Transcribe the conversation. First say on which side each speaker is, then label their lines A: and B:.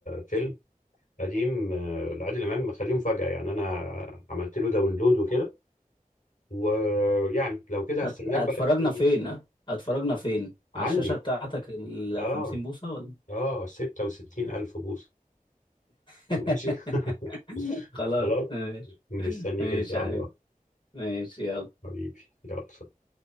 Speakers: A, on the left; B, on the left.
A: فيلم قديم آه، لعادل امام مخليه مفاجأة يعني انا عملت له داونلود وكده ويعني لو كده هستناك
B: هت... هتفرجنا
A: بقى تيجي.
B: فين هتفرجنا فين
A: عندي
B: على الشاشة بتاعتك ال
A: اه
B: 50 بوصة ولا
A: اه 66 ألف بوصة
B: <laughs>
A: ماشي <laughs>
B: خلاص
A: خلاص
B: ماشي
A: مستنيك
B: ماشي
A: إن شاء
B: يا
A: الله
B: حبيبي ماشي يلا
A: حبيبي يلا سلام.